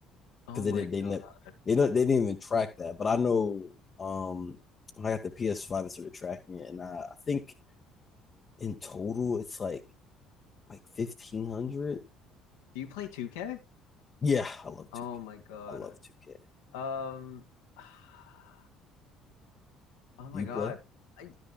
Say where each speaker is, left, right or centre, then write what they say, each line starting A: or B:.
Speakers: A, on the left (about 65°); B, on the left (about 30°).
A: Oh
B: because
A: my
B: they did they never
A: God.
B: they don't they didn't even track that. But I know um when I got the PS5, it started tracking it, and I, I think in total it's like like fifteen hundred.
A: Do you play 2K?
B: Yeah, I love 2K.
A: Oh my God.
B: I love 2K.
A: Um, <sighs> oh my
B: Do you
A: God.
B: play?
A: I,